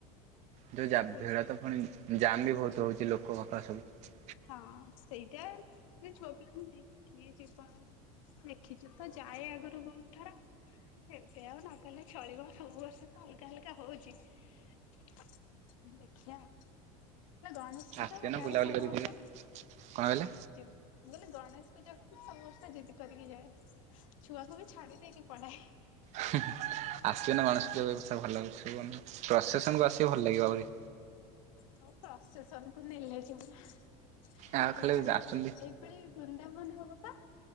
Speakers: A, on the right; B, on the left.
A: ଯୋଉ ଯାତ୍ରା
B: ସେଇଠି।
A: ତ ପୁଣି। ଜାଲି ବହୁତ ହଉଛି ଲୋକ କଥା ସବୁ।
B: ହଁ ସେଇଟା ସେଥିରେ ବ୍ଲେମ ନେଇକି କିଏ ଯିବ ଆଉ। ଦେଖିଛୁ ତ ଯାଏ ଆଗରୁ ବହୁତ ଥର ଏବେ ଆଉ ନାଇ। କହିଲେ ଚଳିବ ସବୁ ବର୍ଷ ତ ଅଲଗା ଅଲଗା ହଉଛି। ଦେଖିିବା ଆଉ ବା ଗଣେଶ ପୂଜା
A: ଆସିବେ ନା
B: ଯାଏ
A: ବୁଲାବୁଲି
B: ସବୁ
A: କରିକି
B: ବର୍ଷ।
A: ଯିବେ କଣ କହିଲେ
B: ଯେ ମୁଁ କହିଲି ଗଣେଶ ପୂଜା ସମସ୍ତେ ଜିଦି କରିକି ଯାଏ। ଛୁଆକୁ ବି ଛାଡ଼ି ଦେଇକି ପଳାଏ।
A: ହୁଁ ଆସିବେ ନା ଗଣେଶ ପୂଜା କୁ ଏ ବର୍ଷ ଭଲ ଲାଗୁଛି <unintelligible> ପ୍ରସେସନ୍ କୁ ଆସିବ ଭଲ ଲାଗିବ ଆହୁରି।
B: ହଁ ପ୍ରସାସନ କୁ ନେଲେ ଯିବୁ
A: ଆଉ ଖାଲି
B: ଏ ପାଳି ଏ
A: ଆସୁଛନ୍ତି
B: ଏ ପାଳି ବୃନ୍ଦାବନ ହବ ବା।